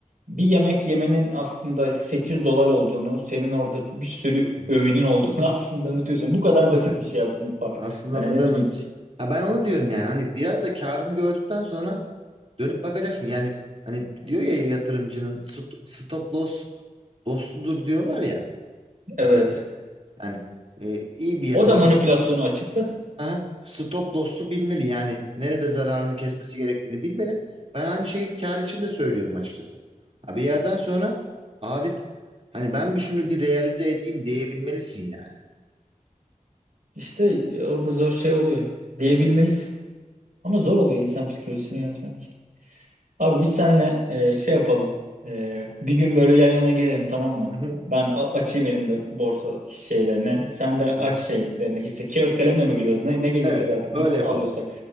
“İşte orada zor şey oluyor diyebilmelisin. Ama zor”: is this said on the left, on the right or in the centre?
Right